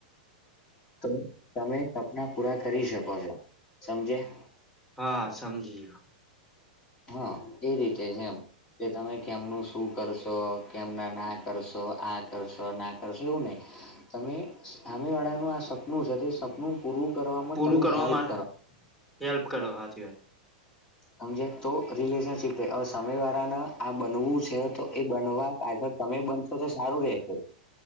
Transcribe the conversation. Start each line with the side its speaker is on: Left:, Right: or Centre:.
Left: તો તમે સપના પૂરા કરી શકો છો સમજ્યા.
Centre: હા સમજી જ્યો.
Left: હા એજ રીતે જેમ. કે તમે કેમનું શું કરશો કેમના ના કરશો આ કરશો ના કરશો એવું નઈ. તમે સામે વાળાનું આ સપનું છે તે સપનું પૂરું કરવામાં
Centre: પૂરું
Left: તમે
Centre: કરવા
Left: હેલ્પ
Centre: માટે
Left: કરો.
Centre: હેલ્પ કરો હાચી વાત.
Left: હમજ્યા તો રિલેશનશીપ છે, હવે સામે વાળાના આ બનવું છે તો એ બનવા પાછળ તમે બનશો તો સારું રેહશે.